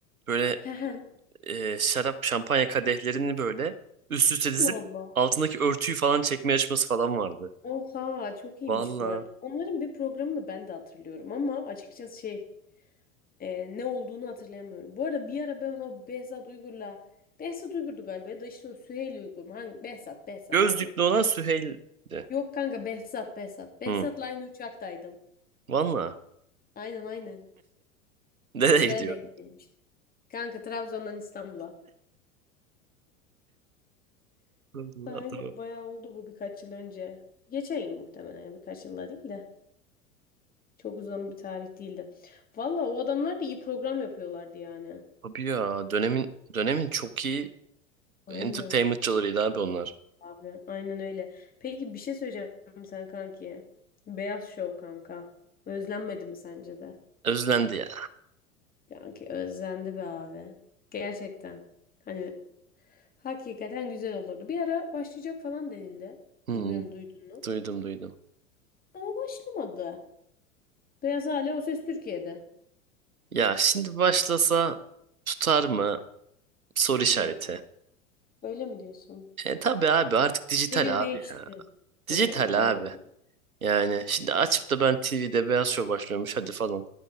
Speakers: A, on the right (about 85°); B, on the left (about 20°).
A: Böyle
B: <laughs> Heh, heh.
A: e, şarap, şampanya kadehlerini böyle üst üste dizip
B: Allah Allah.
A: altındaki örtüyü falan çekme yarışması falan vardı.
B: Oha çok iyiymiş
A: Valla.
B: bu arada. Onların bir programını ben de hatırlıyorum ama açıkçası şey e, ne olduğunu hatırlayamıyorum. Bu arada bir ara ben o Behzat Uygur'la Behzat Uygur'du galiba ya da işte o Süheyl Uygur mu? Hangi? Behzat, Behzat
A: Gözlüklü
B: aynen.
A: olan Süheyl'di.
B: Yok kanka Behzat Behzat. Behzat'la
A: Hı.
B: aynı uçaktaydım.
A: Valla.
B: Aynen aynen.
A: Nereye
B: Güzel
A: gidiyordun?
B: denk gelmişti. Kanka Trabzon'dan İstanbul'a.
A: Allah
B: Aynen
A: adam.
B: bayağı oldu bu birkaç yıl önce. Geçen yıl muhtemelen ya birkaç yılda değil de. Çok uzun bir tarih değildi. Valla o adamlar da iyi program yapıyorlardı yani.
A: Abi ya dönemin dönemin çok iyi
B: Aynen
A: entertainmentçılarıydı abi onlar.
B: abi aynen öyle. Peki bir şey söyleyeceğim sana kanki. Beyaz Şov kanka. Özlenmedi mi sence de?
A: Özlendi ya.
B: Kanki özlendi be abi. Gerçekten. Hani hakikaten güzel olurdu. Bir ara başlayacak falan denildi.
A: Hmm,
B: Bilmiyorum duydun mu?
A: duydum duydum.
B: Ama başlamadı. Beyaz Hale O Ses Türkiye'de.
A: Ya şimdi başlasa tutar mı? Soru işareti.
B: Hı, öyle mi diyorsun?
A: E tabi abi artık dijital
B: Devir değişti.
A: abi ya.
B: Oy
A: Dijital
B: doğru
A: abi.
B: diyor.
A: Yani şimdi açıp da ben TV'de Beyaz Şov başlıyormuş hadi falan.